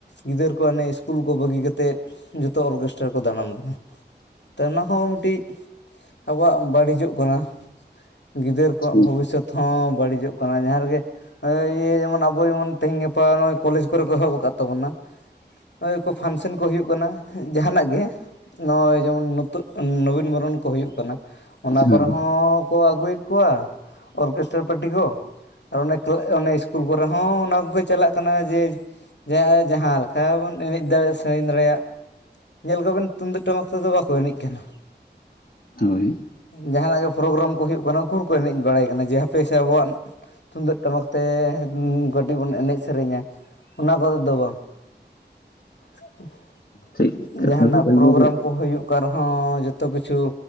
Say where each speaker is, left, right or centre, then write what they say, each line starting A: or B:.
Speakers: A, on the left; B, on the left.
A: ᱜᱤᱫᱟᱹᱨ ᱠᱚ ᱦᱟᱱᱮ ᱤᱥᱠᱩᱞ ᱠᱚ ᱵᱟᱹᱜᱤ ᱠᱟᱛᱮᱫ ᱡᱚ ᱛᱚ ᱚᱨᱜᱮᱥᱴᱟᱨ ᱨᱮᱠᱚ ᱫᱟᱬᱟᱱ ᱠᱟᱱᱟ ᱛᱚ ᱚᱱᱟ ᱦᱚᱸ ᱢᱤᱫᱴᱤᱡ ᱟᱵᱚᱣᱟᱜ ᱵᱟᱹᱲᱤᱡᱚᱜ ᱠᱟᱱᱟ ᱜᱤᱫᱟᱹᱨ ᱠᱚᱣᱟᱜ
B: ᱴᱷᱤᱠ
A: ᱵᱷᱚᱵᱤᱥᱚᱛ ᱦᱚᱸ ᱵᱟᱹᱲᱤᱡᱚᱜ ᱠᱟᱱᱟ ᱡᱟᱦᱟᱸ ᱨᱮᱜᱮ ᱱᱚᱜᱼᱚᱭ ᱤᱭᱟᱹ ᱡᱮᱢᱚᱱ ᱟᱵᱚ ᱡᱮᱢᱚᱱ ᱛᱮᱦᱮᱧ ᱜᱟᱯᱟ ᱱᱚᱜᱼᱚᱭ ᱠᱚᱞᱮᱡᱽ ᱠᱚᱨᱮ ᱠᱚ ᱮᱦᱚᱵ ᱟᱠᱟᱫ ᱛᱟᱵᱚᱱᱟ ᱱᱚᱜᱼᱚᱭ ᱠᱚ ᱯᱷᱟᱱᱥᱮᱱ ᱠᱚ ᱦᱩᱭᱩᱜ ᱠᱟᱱᱟ ᱡᱟᱦᱟᱱᱟᱜ ᱜᱮ ᱱᱚᱜᱼᱚᱭ ᱡᱮᱢᱚᱱ ᱱᱳᱛᱳᱜ ᱱᱚᱵᱤᱱ ᱵᱚᱨᱚᱱ ᱠᱚ ᱦᱩᱭᱩᱜ ᱠᱟᱱᱟ ᱚᱱᱟ
B: ᱦᱳᱭ
A: ᱠᱚᱨᱮ ᱦᱚᱸ ᱠᱚ ᱟᱹᱜᱩᱭᱮᱫ ᱠᱚᱣᱟ ᱚᱨᱜᱮᱥᱴᱟᱨ ᱯᱟᱴᱤ ᱠᱚ ᱟᱨ ᱚᱱᱮ ᱠᱞᱟ ᱚᱱᱮ ᱤᱥᱠᱩᱞ ᱠᱚᱨᱮ ᱦᱚᱸ ᱚᱱᱟ ᱠᱚᱜᱮ ᱪᱟᱞᱟᱜ ᱠᱟᱱᱟ ᱡᱮ ᱡᱟᱦᱟᱸ ᱞᱮᱠᱟ ᱵᱚᱱ ᱮᱱᱮᱡ ᱫᱟᱲᱮᱭᱟᱜ ᱥᱮᱨᱮᱧ ᱫᱟᱲᱮᱭᱟᱜ ᱧᱮᱞ ᱠᱚᱵᱮᱱ ᱛᱩᱢᱫᱟᱹᱜ ᱴᱟᱢᱟᱠ ᱛᱮᱫᱚ ᱵᱟᱠᱚ ᱮᱱᱮᱡ ᱠᱟᱱᱟ
B: ᱦᱳᱭ ᱾
A: ᱡᱟᱦᱟᱱᱟᱜ ᱜᱮ ᱯᱨᱳᱜᱨᱟᱢ ᱠᱚ ᱦᱩᱭᱩᱜ ᱠᱟᱱᱟ ᱩᱠᱩᱨ ᱠᱚ ᱮᱱᱮᱡ ᱵᱟᱲᱟᱭ ᱠᱟᱱᱟ ᱡᱮ ᱦᱟᱯᱮᱥᱮ ᱟᱵᱚᱣᱟᱜ ᱛᱩᱢᱫᱟᱹᱜ ᱴᱟᱢᱟᱠ ᱛᱮ ᱢᱢ ᱠᱟᱹᱴᱤᱡ ᱵᱚᱱ ᱮᱱᱮᱡ ᱥᱮᱨᱮᱧᱟ, ᱚᱱᱟ ᱠᱚᱛᱮ ᱫᱚ ᱵᱟᱝ ᱾
B: ᱴᱷᱤᱠ ᱠᱟᱛᱷᱟ
A: ᱡᱟᱦᱟᱱᱟᱜ
B: ᱫᱚ ᱠᱟᱱ
A: ᱯᱨᱳᱜᱨᱟᱢ
B: ᱜᱮᱭᱟ
A: ᱠᱚ ᱦᱩᱭᱩᱜ ᱚᱠᱟ ᱨᱮᱦᱚᱸ ᱡᱚᱛᱚ ᱠᱤᱪᱷᱩ